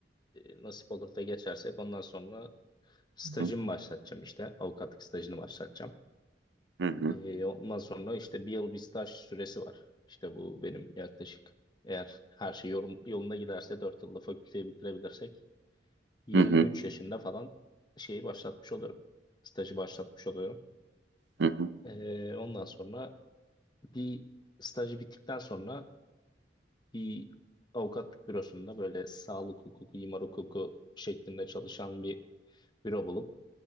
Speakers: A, on the left; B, on the right.
A: e, nasip olur da geçersek ondan sonra stajımı
B: Hı
A: başlatacağım işte. Avukatlık stajını başlatacağım.
B: hı,
A: Ee, ondan sonra işte bir yıl bir staj süresi var. İşte bu benim yaklaşık eğer her şey yorum, yolunda giderse 4 yılda fakülteyi bitirebilirsek 23
B: hı hı,
A: yaşında falan şeyi başlatmış oluyorum. Stajı başlatmış oluyorum.
B: hı hı.
A: Ee, ondan sonra bir stajı bittikten sonra bir avukatlık bürosunda böyle sağlık hukuku, imar hukuku şeklinde çalışan bir büro bulup